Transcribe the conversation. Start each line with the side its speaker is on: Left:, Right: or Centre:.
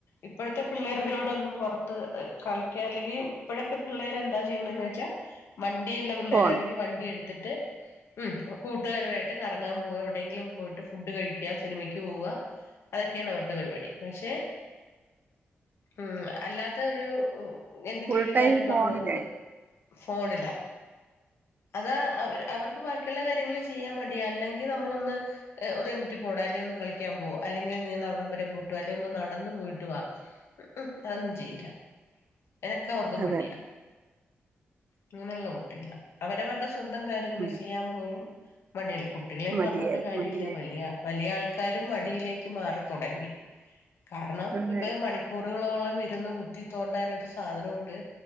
Left: ഇപ്പോഴത്തെ പിള്ളേരോട് ഒന്ന് പൊറത്ത് കളിക്ക അല്ലെങ്കിൽ ഇപ്പഴൊക്കെ പിള്ളേരെ എന്താ ചെയ്യെണന്ന് വെച്ച വണ്ടിയിള്ള പിള്ളേരാണെങ്കി
Right: ഫോൺ
Left: വണ്ടി എട് എടിത്തിട്ട് ഉ കൂട്ടുകാരുമായിട്ട് കറങ്ങാൻ പോവ എവിടെയെങ്കിലും പോയിട്ട് ഫുഡ് കഴിക്ക സിനിമക്ക് പോവ അതൊക്കെയാണ് ഇവരുടെ പരിപാടി പക്ഷെ മ് അല്ലാത്ത ഒരു എന്തെങ്കിലും
Right: ഫുൾ
Left: ഒരു
Right: ടൈം
Left: കാര്യം പറഞ്ഞു
Right: ഫോണിലായി
Left: നോക്ക് ഫോണിലാ അത് അവര് അവർക്ക് ബാക്കിയുള്ള കാര്യങ്ങൾ ചെയ്യാൻ മടിയാ അല്ലെങ്കിൽ നമ്മൾ ഒന്ന് ഏഹ് ഒന്ന് എന്നെഴുന്നേറ്റ് പോട അല്ലെങ്കിൽ ഒന്ന് കളിക്കാൻ പോ അല്ലെങ്കിൽ നീ അവിടെ വരെ ഒന്ന് പോയിട്ട് വ അല്ലെങ്കിൽ ഒന്ന് നടന്നു പോയിട്ട് വാ അത് ഒന്നും ചെയ്യില്ല അതൊക്കെ അവർക്ക്
Right: അതെ
Left: മടിയാ അങ്ങനെ ഉള്ള കുട്ടികളാ അവരവരുടെ സു സ്വന്തം കാര്യങ്ങള്
Right: ഉം
Left: ചെയ്യാൻ പോലും മടിയുള്ള കുട്ടികളെയും
Right: മതിയായി
Left: പറഞ്ഞിട്ട് കാര്യം
Right: മതിയായി
Left: ഇല്ല വലിയ വലിയ ആൾ അവരും മടിയിലേക്ക് മാറിത്തുടങ്ങി കാരണം
Right: അതെ
Left: ഇപ്പം മണിക്കൂറ് റോളംഇരുന്ന് കുത്തിത്തോണ്ടാൻ ഒരു സാധനം ഉണ്ട്